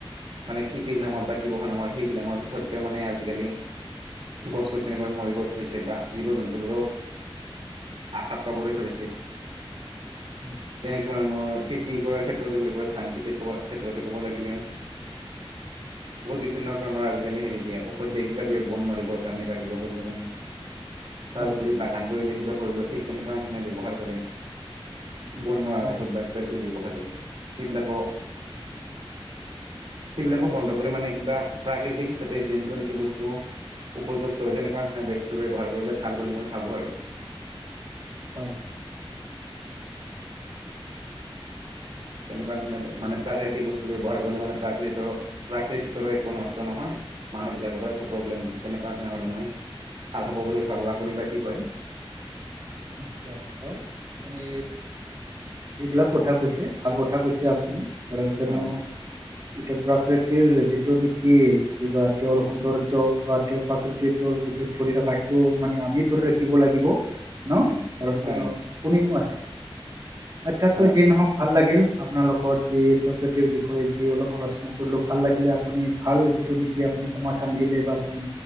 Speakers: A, on the right; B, on the right.
A: মানে ক্ষতিৰ
B: হয়
A: নামত বা কিবা হনৰ নামত সেইবিলাকৰ স্বত্বেও মানে আজিকালি গছ গছনিবোৰ মৰিব ধৰিছে বা জীৱ জন্তুবোৰো আঘাত পাবলৈ ধৰিছে
B: উম
A: তেনে ধৰণৰ খেতি কৰাৰ ক্ষেত্ৰতে বুলি ক'লে ধান খেতিৰ ক ক্ষেত্ৰতে ক'ব লাগিলে
B: <inaudible>
A: ঔষধ বিভিন্ন ধৰণৰ আজিকালি হেৰি দিয়ে ঔষধ দিয়ে কিবা দিয়ে বন মাৰিবৰ কাৰণে বা কিবা কৰিবৰ কাৰণে
B: <inaudible>
A: তাৰপৰি বাগান কৰিলে, কিবা কৰিলেও ঠিক তেনেকুৱা নিচিনা ব্যৱহাৰ কৰে বন মৰাৰ
B: হয়
A: ঔষধ বা কিবাকিবি ব্যৱহাৰ কৰে, সেইবিলাকো সেইবিলাকো বন্ধ কৰি মানে কিবা প্ৰাকৃতিক হিচাপে যোনটো নেকি বস্তু উপযুক্ত তেনেকুৱা নিচিনা বস্তু ব্যৱহাৰ কৰিলে ভাল বুলি মই ভাবোঁ আৰু
B: হয়
A: তেনেকুৱা নিচিনা মানে প্ৰাকৃতিক বস্তু ব্যৱহাৰ কৰিলে মানে প্ৰাকৃতি প্ৰাকৃতিকৰো একো নষ্ট নহয় মানুহ বিলাকৰো একো প্ৰব্লেম নহয় তেনেকুৱা নিচিনা হলে মই ভাল হ'ব বুলি ভাবো আপুনি বা কি কয়
B: আচ্ছা হয় আপুনি যিবিলাক কথা কৈছে ভাল কথা কৈছে আপুনি কাৰণ কিয়নো
A: হয় হয়
B: এইটো প্ৰাকৃতিৰ যিটো নেকি কিবা তেওঁৰ সৌন্দৰ্য বা প্ৰাকৃতিটোৰ যিটো ধৰি ৰাখা সেইটো মানে আমি ধৰি ৰাখিব লাগিব ন
A: হয়
B: কাৰণ
A: হয়
B: কিয়নো কোনে নো আছে আচ্ছা
A: হয়
B: তো যি নহওক ভাল লাগিল আপোনালোকৰ যি প্ৰকৃতিৰ বিষয়ে যি অলপ আলোচনা কৰিলো ভাল লাগিলে আপুনি ভাল যিটো। কি আপুনি সমাধান দিলে বা আপুনি